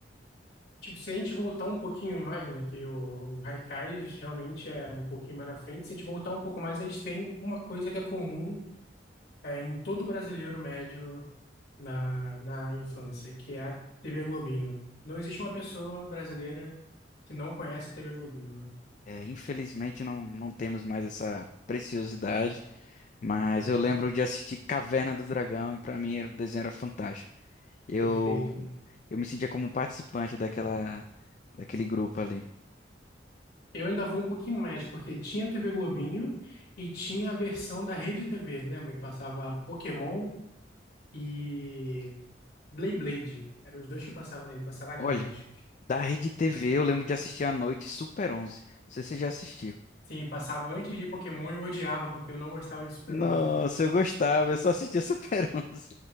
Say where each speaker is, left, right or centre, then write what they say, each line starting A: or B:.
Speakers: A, on the left; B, on the left.
A: Tipo, se a gente voltar um pouquinho mais, né? Porque o, o Haikais realmente é um pouquinho mais na frente. Se a gente voltar um pouco mais, a gente tem uma coisa que é comum é, em todo brasileiro médio na, na infância, que é a TV Globinho. Não existe uma pessoa brasileira que não conhece a TV Globinho, né?
B: É, infelizmente não, não temos mais essa preciosidade, mas eu lembro de assistir Caverna do Dragão e pra mim era- o desenho era fantástico. Eu,
A: Perfeito.
B: eu me sentia como um participante daquela, daquele grupo ali.
A: Eu ainda vou um pouquinho mais, porque tinha a TV Globinho e tinha a versão da Rede TV. Lembra que passava Pokémon e Blade Blade? Eram os dois que passavam nele, passava animes.
B: Olha, da Rede TV eu lembro de assistir à noite Super 11. Não sei se você já assistiu.
A: Sim, passava antes de Pokémon e eu odiava porque eu não gostava de Super-Homem.
B: Nossa, eu gostava, eu só assistia Super 11.